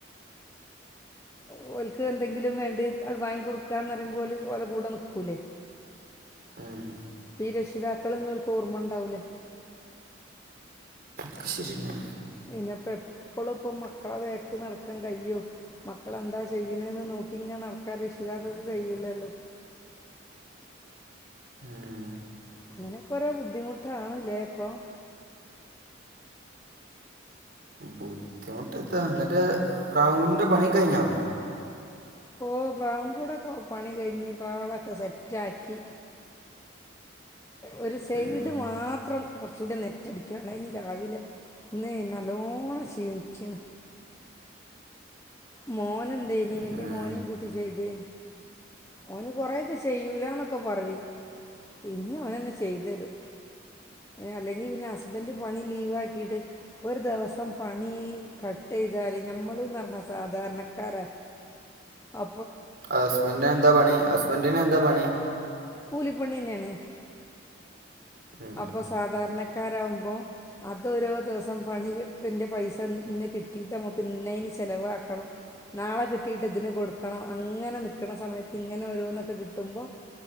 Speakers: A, on the left; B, on the right.
A: ഒഓലക്ക് എന്തെങ്കിലും വേണ്ടി അ വാങ്ങി കൊടുക്കുകന്ന്റിയുമ്പോല ഒഓല കൂടെ നിൽക്കൂലേ
B: ആഹ
A: ഈ രക്ഷിതാക്കൾൊന്നും ഒക്ക് ഓർമ്മ ഉണ്ടാവലേ
B: ക ശരിന്
A: ഇനിപ്പോ എപ്പഴും ഇപ്പ മക്കളെ വേക്ക് നടക്കാൻ കയ്യോ മക്കളെന്താ ചെയ്യണന്ന് നോക്കി ഇങ്ങ നടക്കാൻ രക്ഷിതാക്കക്ക് കഴയിൂലല്ലോ
B: ആം
A: അങ്ങനെക്കെരോ ബുദ്ധിമുട്ടണ ഇല്ലേപ്പം
B: ബുദ്ധിമുട്ടത്താ എന്നിട്ട് പ്രാവൻകുടിിന്റെ പണി കഴിഞ്ഞോ
A: ഓ പ കൂടെൊക്കെ പണി കഴിഞ്ഞി പ്രവളൊക്കെ സെറ്റ് ആാക്കി ഒരു സൈഡ്
B: ഉം.
A: മാത്രം കുറച്ച കൂടി നെറ്റടിക്കുകാണ്ഞ് രാവിലെ ഇന്ന് നല്ലോണ്ണം ക്ഷീണിച്ചണ് മോന ഉണ്ട് ഇനി
B: ഉം.
A: വലിയ മോനും കുട്ടി ചെയ്ത് ഓന് കുറെേൊക്കെ ചെയ്യൂലന്ന് <unintelligible> പിന്നെ അവര് തന്നെ ചെയ്തരും അല്ലെങ്കി പിന്നെ ഹസ്ബൻഡ് പണി ലീവാക്കിട്ട് ഒര് ദിവസം പണി കട്ട്‌ ചെയ്താല് ഞമ്മള് എന്നറഞ്ഞ സാധാരണക്കാര അ
B: ഹസ്ബൻഡിനെ എന്താ പണി ഹസ്ബൻഡിനെ എന്താ പണി
A: കൂലിപ്പണി തന്നെയാണ്
B: ഉം.
A: അപ്പൊ സാധാരണ <unintelligible> അതോരോ ദിവസം പണികിന്റെ പൈസ ഇന്ന് കിട്ടീട്ട് നമ്മക്ക് ഇന്നെയിന് ചെലവാക്കണം നാളെ കിട്ടിട്ട ഇതിന് കൊടുക്കണം അങ്ങനെ നി കൽക്കണ സമയത്ത് ഇങ്ങനെ ഒരുോന്നൊക്കെ കിട്ടുമ്പോൾ